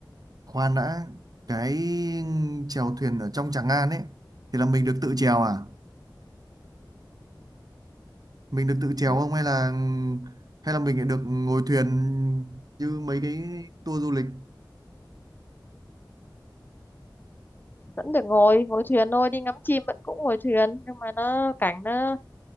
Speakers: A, on the right; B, on the left.
A: khoan đã cái chèo thuyền ở trong Tràng An ấy thì là mình được tự chèo à mình được tự chèo
B: ừ,
A: không hay là hay là mình lại được ngồi thuyền như mấy cái tour du lịch
B: vẫn được ngồi ngồi thuyền thôi đi ngắm chim vẫn cũng ngồi thuyền nhưng mà nó cảnh nó